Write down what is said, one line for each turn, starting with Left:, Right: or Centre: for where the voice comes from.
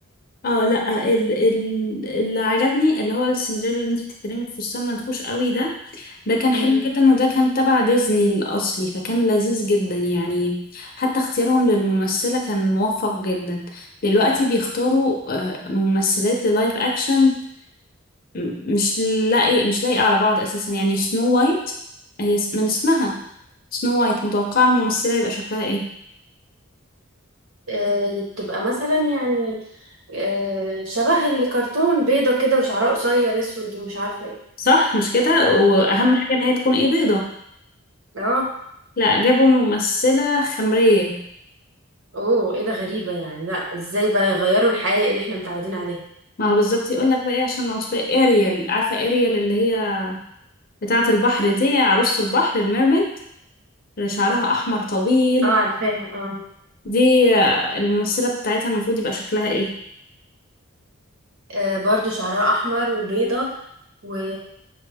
Left: اه لا ال... ال... اللي عجبني اللي هو السندريلا اللي انت بتتكلمي في فستان منفوش قوي ده ده كان
Right: مم.
Left: حلو جدا وده كان تبع ديزني الأصلي فكان لذيذ جدا يعني حتى اختيارهم للممثلة كان موفق جدا دلوقتي بيختاروا آه، ممثلات للايف أكشن م- مش لاقي مش لاقي على بعض أساسا يعني سنو وايت هي اس- من اسمها سنو وايت متوقعة الممثلة يبقى شكلها ايه
Right: آه، تبقى مثلا يعني آه، شبه الكرتون بيضه كده وشعرها قصير اسود ومش عارفه ايه
Left: صح مش كده وأهم
Right: اه
Left: حاجة إن هي تكون ايه بيضة
Right: اه
Left: لا جابوا ممثلة خمرية
Right: اوه ايه ده غريبه يعني لا ازاي بقى يغيروا الحقيقه اللي احنا متعودين عليها
Left: ما هو بالظبط يقول لك بقى ايه عشان العنصرية اريال عارفة اريال اللي هي بتاعة البحر دي عروسة البحر الميرميد اللي شعرها أحمر طويل
Right: اه عارفاها اه
Left: دي آه، الممثلة بتاعتها المفروض يبقى شكلها إيه؟
Right: آه، برضو شعرها احمر وبيضه و